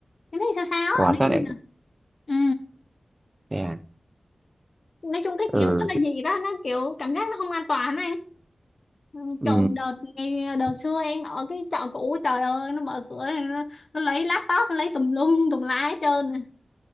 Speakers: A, on the left; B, on the right.
A: em thấy sao sao
B: quả
A: á nói
B: sát
A: chung
B: đấy
A: là ừ.
B: thế à
A: nói chung cái
B: ừ
A: kiểu nó là gì
B: thế-
A: đó nó kiểu cảm giác nó không an toàn á anh Ừ,
B: ừ
A: chỗ đợt ngày đợt xưa
B: <laughs>
A: em ở cái chợ cũ trời ơi nó mở cửa này, nó, nó lấy laptop nó lấy tùm lum tùm la hết trơn nè